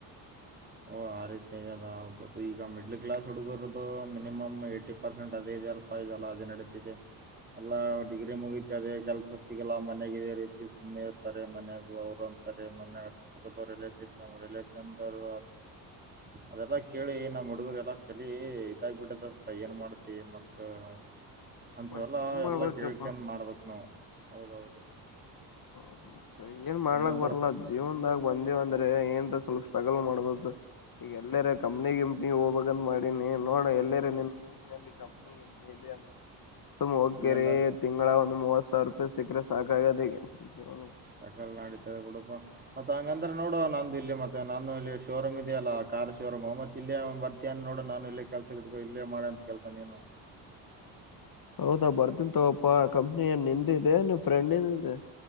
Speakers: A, on the right; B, on the left.
A: ಓಹ ಆ ರೀತಿ ಆಗ ಹೌದುದು ಈಗ ಮಿಡ್ಲ್ ಕ್ಲಾಸ್ ಹುಡುಗರದು ಮಿನಿಮಮ್ ಏಟಿ ಪರ್ಸೆಂಟ್ ಅದೇಲ್ಪ ಈಗಲ್ಲ ಅದೇ ನಡತಿದೆ ಎಲ್ಲಾ ಡಿಗ್ರಿ ಮುಗೀತಿ ಅದೇ ಕೆಲ್ಸ ಸಿಗಲ್ಲ ಮನೆಗೇ ಇದೆ ರೀತಿ ಸುಮ್ಮ್ನೆ ಇರ್ತಾರೆ ಮನ್ಯಾಗೂ ಅವರು ಅಂತಾರೆ ಮನಾಗ ರಿಲೇಶನ್ ರಿಲಷನ್ವರು ಅದೆಲ್ಲಾ ಕೇಳಿ ನಮ್ಮ್ ಹುಡುಗರು ಎಲ್ಲ ಕಲಿ ಇದಾಗ್ ಬಿಟ್ಟದತ್ತ ಏನ್ ಮಾಡತಿ ಏನ್ ಮಾಡ್! ! ಅಂತ
B: ಮತ್
A: ಎಲ್ಲಾ
B: ಏನ್ ಮಾಡ್ಬೇಕಪ್ಪಾ
A: ಎಲ್ಲಾ ಕೇಳಿಕೊಂಡು ಮಾಡ್ಬೇಕಕ್ ನಾವು ಹೌದೌದು
B: ಹೌದು ಮತ್ತೆ ಏನ್ ಮಾಡ್ಲಕ್
A: ಏನಾದ್ರು
B: ಬರ್ಲ್ಲಾ ಜೀವನ್ದಾಗ ಒಂದೇ ಒಂದು ಏನ್ ಸ್ವಲ್ಪ ಸ್ಟ್ರೈಗಲ್ ಮಾಡ್ಬೇಕು ಈಗ ಎಲ್ಲರ ಕಂಪ್ನಿ ಕಂಪನಿ ಹೋಗ್ಬೇಕಂತ ಮಾಡಿನಿ ನೋಡ ಎಲ್ಲರ ನಿ ಲಿಂಕ್ ನಲ್ಲಿ ಕಂಪ್ನಿ ಕಂಪನಿ ಇದೆ ಅ ಸುಮಾ ಹೋಗಕೆರಿ
A: ಇಲ್ಲೆಲ್ಲ
B: ತಿಂಗಳ ಒಂದು ಮೂವತ್ತು ಸಾವಿರ ಸಾವಿ ರೂಪಾಯಿ ಸೀಕ್ರೆ ಸಾಕಾಗಿದೆ ಈಗ <unintelligible>
A: ಸ್ಟಕಲ್ ನಡತವೆ ಗುಡಪ ಮತ್ ಹಂಗಂದ್ರ ನೋಡು ನಂದು ಇಲ್ಲಿ ಮತ್ತೆ ನಾನು ಇಲ್ಲಿ ಶೋರೂಮ್ ಇದೆಯಲ್ಲ ಕಾರ್ ಶೋರೂಮ್ ಅವ ಮತ್ತತ್ ಇಲ್ಲೇ ಬರ್ತಿನು ನೋಡು ನಾನು ಇಲ್ಲಿ ಕೆಲ್ಸ ಗಿಡ್ಕೋ ಇಲ್ಲೇ ಮಾಡ ಅಂತ ಕೆಲ್ಸ ನೀನು
B: ಹೌದಾ ಬರ್ತಿನ್ಂತವಪ್ಪಾ ಕಂಪನೀ ಏನು ನಿಂದು ಇದೆ ನಿನ್ ಫ್ರೆಂಡ್ ನಿಂದು ಇದೆ